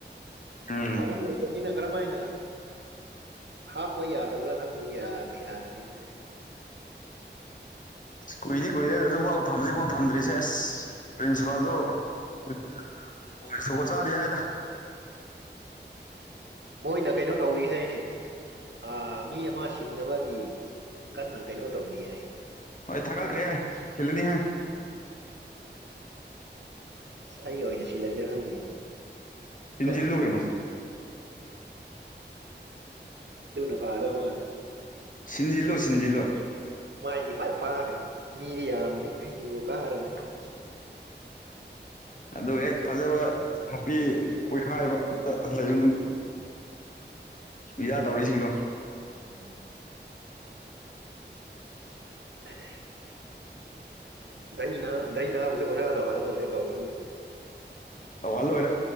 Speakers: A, on the left; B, on the right.
A: ꯎꯝ
B: ꯐꯃꯨꯡ ꯅꯤꯅ ꯀꯔꯝꯃꯥꯏꯅ ꯍꯥꯞꯄ ꯌꯥꯗꯕ꯭ꯔꯥ ꯈꯪꯗꯦ ꯌꯥꯔꯣꯏꯅ ꯑꯅꯤ
A: ꯀꯨꯏꯗꯤ ꯀꯨꯏꯔꯦ ꯑꯗꯨꯕꯥꯥꯎ ꯊꯝꯖꯤꯕꯥꯎ ꯊꯝꯗ꯭ꯔꯤꯁꯦ ꯑꯦꯁ ꯄ꯭ꯔꯤꯟꯁꯤꯄꯥꯜꯗꯣ <unintelligible> ꯖꯨꯒꯣꯠ ꯆꯥꯗꯦ ꯍꯥꯏꯗ
B: ꯃꯣꯏꯅ ꯀꯩꯅꯣ ꯇꯧꯔꯤꯍꯥꯏꯅꯦ ꯑꯥ ꯃꯤ ꯑꯃ ꯁꯤꯟꯅꯕꯒꯤ ꯀꯟꯅ ꯀꯩꯅꯣ ꯇꯧꯔꯤ ꯍꯥꯏ
A: ꯍꯣꯏ ꯊꯥꯒꯠꯈꯔ꯭ꯦ ꯍꯥꯏ ꯁꯤꯜꯂꯅꯤ ꯍꯥꯏ
B: ꯎꯝ ꯑꯁ ꯑꯩ ꯑꯣꯏꯅ ꯁꯤꯜꯂꯖꯤꯔ ꯈꯪꯗꯦꯅꯦ
A: ꯁꯤꯟꯖꯤꯜꯂꯨ
B: ꯍ
A: ꯀꯩꯅꯣ
B: ꯑꯗꯨꯅ ꯐꯥꯒ ꯗꯧ ꯃꯥꯜꯂꯦ
A: ꯁꯤꯟꯖꯤꯜꯂꯨ ꯁꯤꯟꯖꯤꯜꯂꯨ
B: ꯃꯥꯏꯗꯤ ꯐꯅ ꯄꯥꯛꯀꯥꯅꯤ ꯃꯤꯗꯤ ꯌꯥꯝꯕꯅꯤ <unintelligible>
A: ꯑꯗꯨꯒ ꯍꯦꯛ ꯐꯖꯕ ꯅꯨꯄꯤ ꯀꯣꯏꯈꯥꯏꯕꯗ ꯂꯩꯌꯨ ꯅꯪ ꯎꯌꯥ ꯇꯧꯔꯤꯁꯤꯡꯗꯣ
B: <inaudible> <unintelligible> ꯗꯩꯅꯥ ꯗꯩꯅꯥ ꯕꯨꯁꯨ ꯑꯣꯖꯥ ꯇꯧꯍꯜ ꯂꯣꯏꯔꯦ ꯀꯧꯔꯒ
A: ꯇꯧꯍꯜ ꯂꯣꯏꯔꯦ